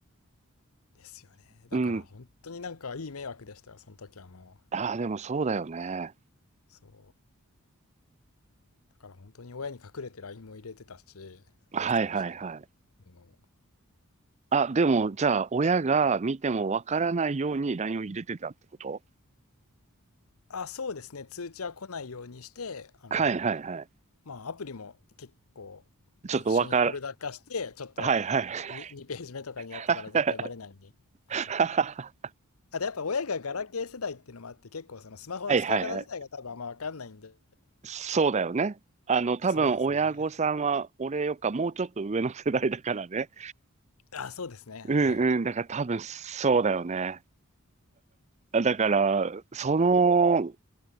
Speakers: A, on the left; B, on the right.
A: ですよね。だから本当になんかいい迷惑でしたよ、
B: うん。
A: その時はもう。
B: ああ、でもそうだよね。
A: そう。だから本当に親に隠れて LINE も入れてたし、
B: はいはいはい。
A: インストールして。もう
B: あ、でもじゃあ親が見てもわからないように LINE を入れてたってこと
A: あ、そうですね。通知は来ないようにして、あの、
B: はいはいはい。
A: まあ、アプリも結構一緒にフォルダ化して、
B: ちょっとわか
A: ちょっと
B: はいはい。
A: 2, ページ目とかにやってたら絶対バレないんで、
B: <laughs>
A: 本当に。
B: は
A: あとやっぱ親がガラケー世代っていうのもあって、結構そのスマホの使い方自体が多分あんまわかんないんで、
B: いはいはい。そうだよね。あの、多分親御さんは俺よっかもうちょっと上の世代だからね。
A: そうですね。あ、そうですね。
B: うんうん。
A: はい。
B: だから多分そうだよね。あだから、その